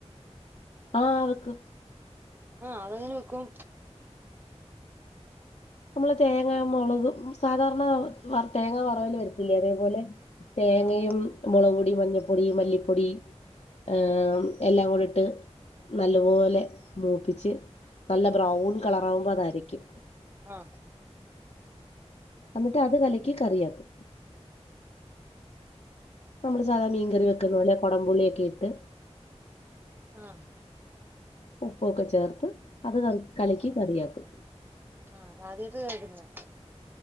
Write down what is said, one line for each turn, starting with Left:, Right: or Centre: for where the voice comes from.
Left: ആ അവക്കും
Right: ആഹ് അതങ്ങനെ വെക്കും
Left: നമ്മള് തേങ്ങ മുളക് സാധാരണ തേങ്ങ വറവൽ വരത്തില്ലേ അതേപോലെ തേങ്ങയും
Right: ആഹ്
Left: മുളക്പൊടി മഞ്ഞപ്പൊടി മല്ലിപ്പൊടി ഏ എല്ലാം കൂടി ഇട്ട് നല്ലപോലെ മൂപ്പിച്ച് നല്ല ബ്രൗൺ കളറാകുമ്പോ അതരക്കും
Right: ആ
Left: എന്നിട്ട് അത് കലക്ക് കറിയാക്കും നമ്മള് സാധ മീൻകറി വെക്കുന്ന പോലെ കുടംപുള്ളിയൊക്കെ ഇട്ട്
Right: ആ
Left: ഉപ്പൊക്കെ ചേർത്ത് അത് കറി കലക്കി
Right: ആഹ്
Left: കറിയാക്കും
Right: ആഹ് അതാദ്യയിട്ട് കേക്കുന്നയ